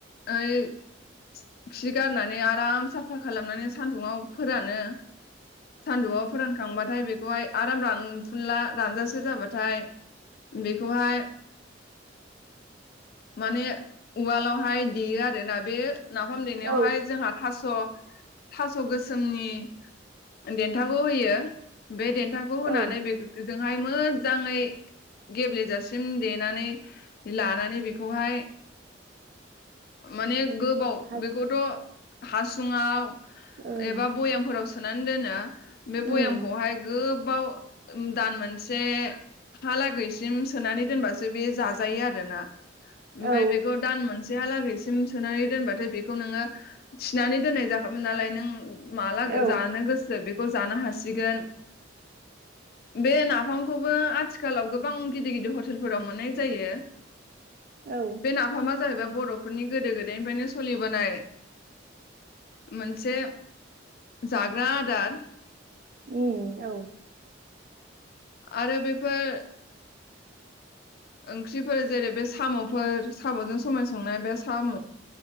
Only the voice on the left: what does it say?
ओय <unintelligible> दा ना नै आराम साफा खालामनानै सान्दुंआव फोरानो। सान्दुंआव फोरानखांबा बेखौहाय आराम रानथुनला रानजासो जाबाथाय बेखौहाय माने उवालावहाय देयो आरोना। बे नाफाम देनायावहाय
जोंहा थास' था स' गोसोमनि देन्थागोव होयो। बे देन्थाखौ होनानै
बेखौ जों हाय मोजाङै गेब्लेजासिम देनानै लानानै बेखौहाय माने गोबाव
बेखौथ' हासुङाव।
एबा बयामफोराव सनानै दोनो। बे भयामखौहाय
गो बाव दान मोनसे हा लागैसिम सोनानै दोनबासो बे जाजायो आरोना। ओमफाय
बेखौ दान मोनसेहालागैसो <unintelligible> सनानै दोनबाथाय बेखौ नोङो थिनानै दोननाय जाखाम नालाय नों माला
गो जानो गोसो बे खौ जानो हासिगोन बे नाफामखौबो आथिखालाव गोब बां गिदि गिदि हटेलफोराव मोननाय जायो।
बे नाफामा जाहैबाय बर'फोरनि गोदो बेनिफ्रायनो सोलिबोनाय मोनसे जाग्रा दान
आरो बेफोर ओंख्रिफोर जेरै बे साम'फोर साम'जों सबाय संनाय बे साम'